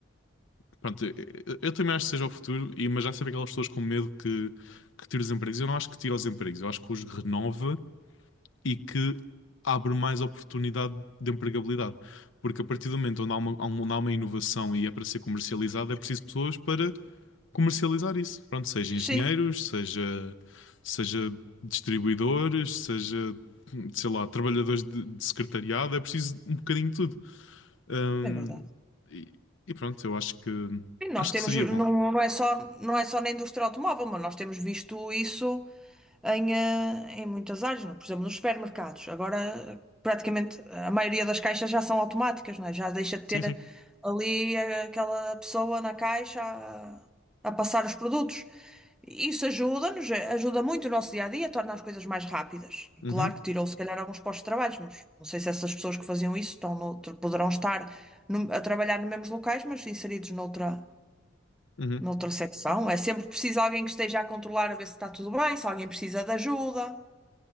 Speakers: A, on the left; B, in the centre.
A: pronto, eh, eu, eu também acho que seja o futuro, e, mas já sabia aquelas pessoas com medo que, que tira os empregos. Eu não acho que tira os empregos, eu acho que os renova e que abre mais oportunidade de empregabilidade. Porque a partir do momento onde há uma, há um- onde há uma inovação e é para ser comercializada, é preciso pessoas para comercializar isso. Pronto, seja
B: Sim,
A: engenheiros, seja, seja distribuidores, seja, sei lá, trabalhadores de, de secretariado, é preciso um bocadinho de tudo. Hum,
B: é verdade.
A: e, e pronto, eu acho que
B: Sim, nós
A: acho
B: temos,
A: que seria
B: não,
A: bom.
B: não é só, não é só na indústria automóvel, mas nós temos visto isso em, eh, em muitas áreas, não é? Por exemplo, nos supermercados. Agora, praticamente, a maioria das caixas já são automáticas, não é? Já deixa de
A: Sim,
B: ter
A: sim.
B: ali eh, aquela pessoa na caixa a, a passar os produtos. Isso ajuda-nos, ajuda muito o nosso dia a dia, torna as coisas mais rápidas.
A: Uhum,
B: Claro que tirou se calhar alguns postos de trabalho, mas não sei se essas pessoas que faziam isso estão noutro- poderão estar no- a trabalhar nos mesmos locais, mas inseridos noutra.
A: uhum.
B: Na ultrassecção, é sempre preciso alguém que esteja a controlar, a ver se está tudo bem, se alguém precisa de ajuda.